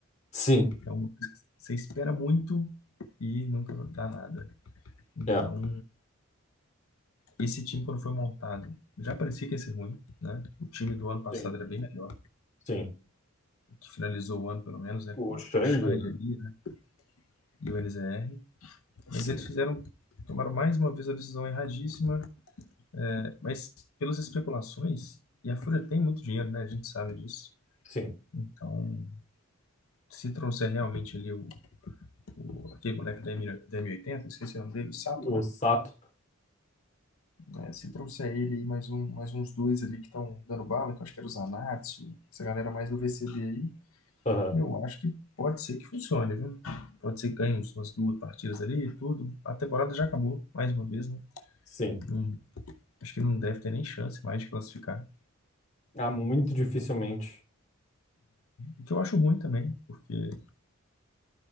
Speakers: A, on the left; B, on the left.
A: Sim.
B: É uma coisa que você espera muito e nunca dá nada. Então,
A: É.
B: Esse time, quando foi montado, já parecia que ia ser ruim, né? O time do ano passado
A: Sim.
B: era bem melhor,
A: Sim.
B: que finalizou o ano, pelo menos, né? Com
A: O
B: o
A: Xande,
B: Xande
A: né?
B: ali, né? E o NZR.
A: Sim.
B: Mas eles fizeram, tomaram mais uma vez a decisão erradíssima, né? mas pelas especulações, e a Fúria tem muito dinheiro, né? A gente sabe disso.
A: Sim.
B: Então, se trouxer realmente ali o, o aquele moleque da, M, da esqueci o nome dele, o Sato,
A: O
B: né?
A: Sato.
B: É, se trouxer ele e mais, um, mais uns dois ali que estão dando bala, que eu acho que era o Zanatsu, essa galera mais do VCB aí,
A: Aham.
B: Eu acho que pode ser que funcione, viu? Pode ser que ganhe uns- umas duas partidas ali e tudo. A temporada já acabou, mais uma vez, né?
A: Sim.
B: Não- acho que não deve ter nem chance mais de classificar.
A: Ah, muito dificilmente.
B: O que eu acho ruim também, porque,